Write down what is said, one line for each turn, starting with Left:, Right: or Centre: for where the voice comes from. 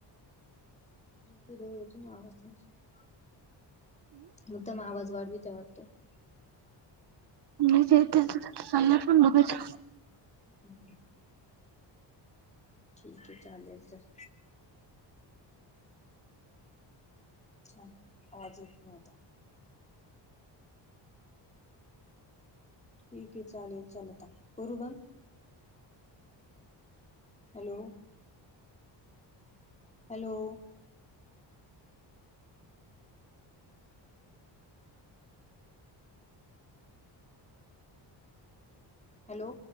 Left: कीड येतो ना आवाज त्यांचा मग त्याम आवाज वाढवी त्या वाटतो. <unintelligible>
Right: मीच येईल तीथ चालल्या पण लगेच.
Left: ह <inaudible> ठीक आहे चालेल चल. हा आवाज येत नाही आता. ठीक आहे चालेल चाल आता करू बंद. हॅलो. हॅलो. हॅलो.